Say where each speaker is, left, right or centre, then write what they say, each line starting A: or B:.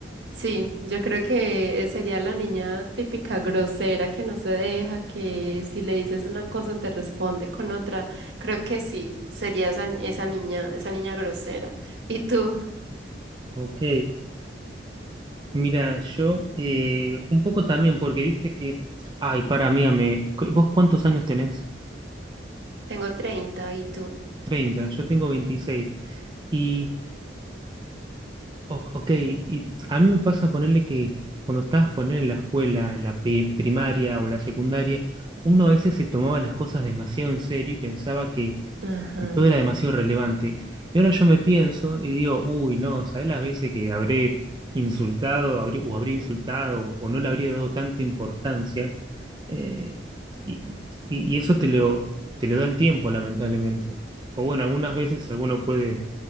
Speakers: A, on the right; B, on the right.
A: Sí, yo creo que sería la niña típica grosera que no se deja, que si le dices una cosa te responde con otra. Creo que sí, sería esa, esa niña, esa niña grosera. ¿Y tú?
B: Ok. Mira, yo eh, un poco también, porque viste que. Ay, para mí, ame, cu- ¿Vos cuántos años tenés?
A: Tengo treinta ¿y tú?
B: 30. yo tengo 26. Y, o- ok, y a mí me pasa ponerle que cuando estabas poner en la escuela, en la pe- primaria o en la secundaria, uno a veces se tomaba las cosas demasiado en serio y pensaba que
A: Ajá.
B: y todo era demasiado relevante. Y ahora yo me pienso y digo, uy, no, ¿sabes las veces que habré insultado habré- o habré insultado o no le habría dado tanta importancia? Eh, y, y- y eso te lo, te lo da el tiempo, lamentablemente. O bueno, algunas veces alguno puede